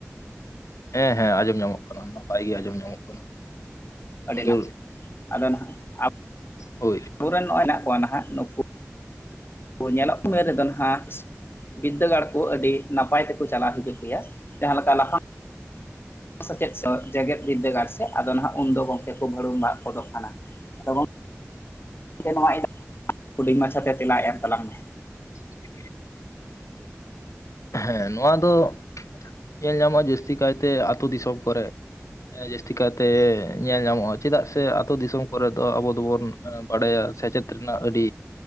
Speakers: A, on the left; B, on the left.
A: ᱦᱮᱸ ᱦᱮᱸ ᱟᱸᱡᱚᱢ ᱧᱟᱢᱚᱜ ᱠᱟᱱᱟ ᱱᱟᱯᱟᱭ ᱜᱮ ᱟᱸᱡᱚᱢ ᱧᱟᱢᱚᱜ ᱠᱟᱱᱟ᱾
B: ᱟᱹᱰᱤ
A: ᱟᱫᱚ
B: ᱱᱟᱯᱟ ᱟᱫᱚ ᱱᱟᱦᱟᱜ <inaudible>
A: ᱦᱳᱭ
B: ᱟᱵᱚᱨᱮᱱ ᱱᱚᱜ-ᱚᱭ ᱱᱟ᱾ ᱟᱫᱚ ᱱᱟᱦᱟᱜ ᱱᱩᱠᱩ ᱧᱮᱞᱚᱜ ᱥᱚᱢᱚᱭ ᱨᱮᱫᱚ ᱱᱟᱦᱟᱜ᱾ ᱵᱤᱫᱽᱫᱟᱹᱜᱟᱲ ᱠᱚ ᱟᱹᱰᱤ ᱱᱟᱯᱟᱭ ᱛᱮᱠᱚ ᱪᱟᱞᱟᱜ ᱦᱤᱡᱩᱜ ᱜᱮᱭᱟ ᱡᱟᱦᱟᱸ ᱞᱮᱠᱟ ᱞᱟᱯᱷᱟᱝ᱾ ᱥᱮᱪᱮᱫ ᱥᱮ ᱡᱮᱜᱮᱫ ᱵᱤᱫᱽᱫᱟᱹᱜᱟᱲ ᱥᱮ ᱟᱫᱚ ᱱᱟᱦᱟᱜ ᱩᱱᱫᱚ ᱜᱚᱝᱠᱮ ᱠᱚ ᱵᱷᱟᱹᱲᱩᱢ ᱵᱷᱟᱜ ᱜᱚᱫᱚᱜ ᱠᱟᱱᱟ᱾ ᱟᱫᱚ <inaudible> ᱜᱚᱝᱠᱮ ᱱᱟᱦᱟᱜ <inaudible> ᱦᱩᱰᱤᱧ ᱢᱟᱪᱷᱟᱛᱮ ᱛᱮᱞᱟ ᱮᱢ ᱛᱟᱞᱟᱝ ᱢᱮ᱾
A: <inaudible> ᱦᱮᱸ ᱱᱚᱣᱟ ᱫᱚ᱾ ᱧᱮᱞ ᱧᱟᱢᱚᱜ-ᱟ ᱡᱟᱹᱥᱛᱤ ᱠᱟᱭᱛᱮ ᱟᱛᱳ ᱫᱤᱥᱚᱢ ᱠᱚᱨᱮ᱾ ᱡᱟᱹᱥᱛᱤ ᱠᱟᱭᱛᱮ ᱧᱮᱞ ᱧᱟᱢᱚᱜ-ᱟ ᱪᱮᱫᱟᱜ ᱥᱮ ᱟᱛᱳ ᱫᱤᱥᱚᱢ ᱠᱚᱨᱮ ᱫᱚ ᱟᱵᱚ ᱫᱚᱵᱚᱱ᱾ ᱵᱟᱰᱟᱭᱟ ᱥᱮᱪᱮᱫ ᱨᱮᱱᱟᱜ ᱟᱹᱰᱤ᱾